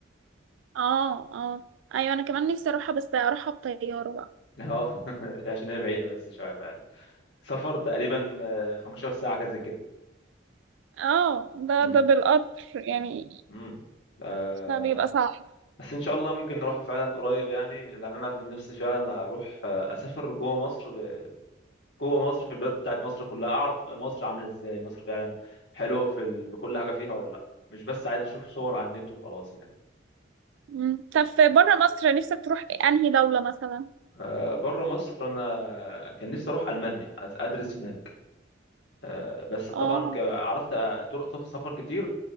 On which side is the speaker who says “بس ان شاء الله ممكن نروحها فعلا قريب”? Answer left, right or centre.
Left